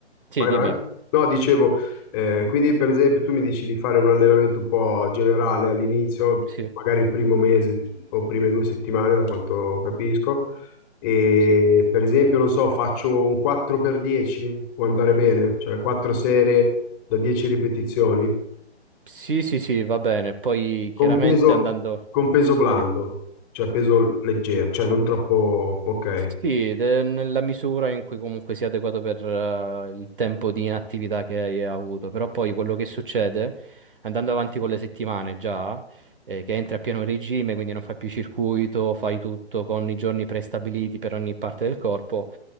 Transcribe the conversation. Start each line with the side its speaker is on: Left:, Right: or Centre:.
Right: Sì,
Left: vai,
Right: dimmi.
Left: vai. No, dicevo, eh, quindi per esempio tu mi dici di fare un allenamento un po' generale all'inizio,
Right: Sì.
Left: magari il primo mese o prime due settimane, da quanto capisco, e
Right: Sì.
Left: per esempio, non so, faccio un 4x10, può andare bene, cioè 4 serie da 10 ripetizioni,
Right: Sì, sì, sì, va bene. Poi
Left: con
Right: chiaramente
Left: peso,
Right: andando...
Left: con peso blando,
Right: no, di-
Left: cioè peso leggero, cioè non troppo, ok.
Right: sì, ed è nella misura in cui comunque sia adeguato per eh, il tempo di inattività che hai avuto. Però poi quello che succede, andando avanti con le settimane già, eh, che entri a pieno regime, quindi non fai più circuito, fai tutto con i giorni prestabiliti per ogni parte del corpo.